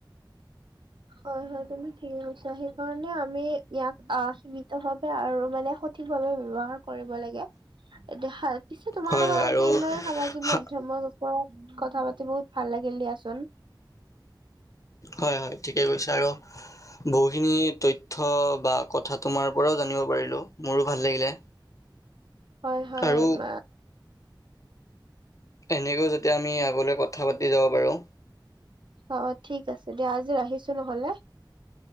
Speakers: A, on the right; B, on the left.
A: হয় হয়, তুমি ঠিকেই কৈছা, সেইকাৰণে আমি ইয়াক আহ সীমিত ভাৱে আৰু মানে সঠিকভাৱে ব্যৱহাৰ কৰিব লাগে। এটি সা পিছে তোমাৰ
B: হয়
A: লগত
B: হয়
A: আজি
B: আৰু
A: এনেদৰে সামাজিক
B: হা-
A: মাধ্যমৰ ওপৰত কথা পাতি বহুত ভাল লাগিল দিয়াচোন।
B: হয় হয়। ঠিকেই কৈছা আৰু। বহুখিনি তথ্য বা কথা তোমাৰ পৰাও জানিব পাৰিলো মোৰো ভাল লাগিলে।
A: হয় হয়।
B: আৰু
A: ম
B: এনেকৈও যাতে আমি আগলৈও কথা পাতি যাব পাৰো।
A: অ ঠিক আছে। তেতিয়া আজি ৰাখিছোঁ নহ'লে।